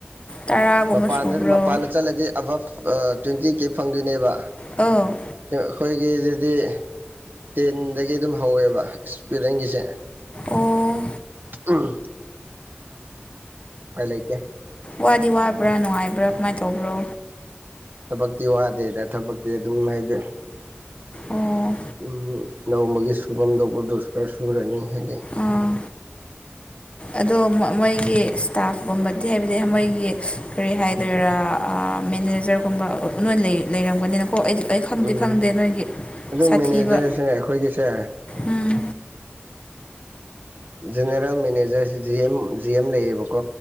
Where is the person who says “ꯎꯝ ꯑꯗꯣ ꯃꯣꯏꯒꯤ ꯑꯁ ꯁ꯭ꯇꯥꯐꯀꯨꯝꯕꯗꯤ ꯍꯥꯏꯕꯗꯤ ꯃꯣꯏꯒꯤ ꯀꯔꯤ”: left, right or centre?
Left